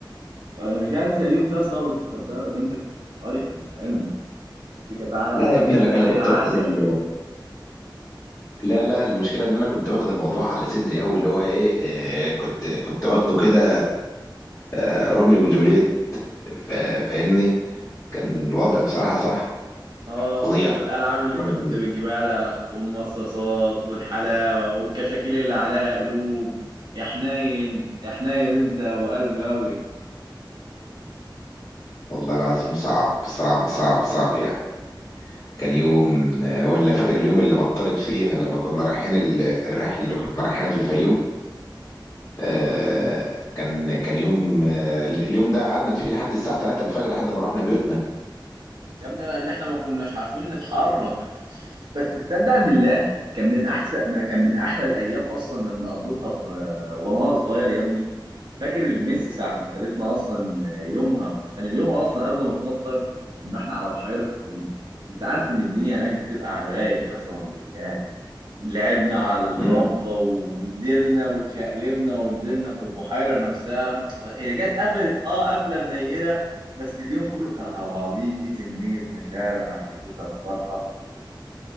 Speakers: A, on the right; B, on the left.
A: انا مش هنسى اليوم ده بسبب التقدير اللي انت كنت قاري خلي في علمك دي كانت على
B: لا
A: قلبك
B: يا ابني
A: انت
B: انا أنا
A: زي
B: كنت
A: العسل
B: واخد ال... لا لا المشكله ان انا كنت واخد الموضوع على صدري قوي اللي هو ايه آه، كنت كنت واخده كده آه، روميو وجولييت فا- فاهمني كان الوضع بصراحه صح
A: اه
B: فظيع
A: والالعاب اللي
B: والله
A: انت
B: العظيم
A: كنت بتجيبها لها والمصاصات والحلاوه والكشاكيل اللي عليها قلوب يا حنين يا حنين انت وقلبي قوي
B: والله العظيم صعب صعب صعب صعب يعني كان يوم آه، ولا فاكر اليوم اللي مطرت فيه لما كنا رايحين ال- الرحله اللي كنا رايحينها في الفيوم آه، كان كان يوم آه، اليوم ده قعدنا فيه لحد الساعة 3 الفجر لحد ما رحنا بيوتنا
A: يا ابني لان احنا ما كناش عارفين نتحرك بس تصدق بالله كان من احسن ما كان من احلى الايام اصلا اللي قضيتها في آه، وانا صغير يا ابني فاكر الميس ساعة ما خدتنا أصلا يومها كان اليوم أصلا قبل ما تمطر كنا إحنا على بحيرة قارون أنت عارف إن الدنيا هناك بتبقى على الرايق قسما بالله لعبنا على الرملة
B: مم.
A: ونزلنا واتشقلبنا ونزلنا في البحيرة نفسها هي جت قفلت أه قفلة منيلة بس اليوم كله كان على بعضيه في كمية مشاعر أنا حسيتها بفرحة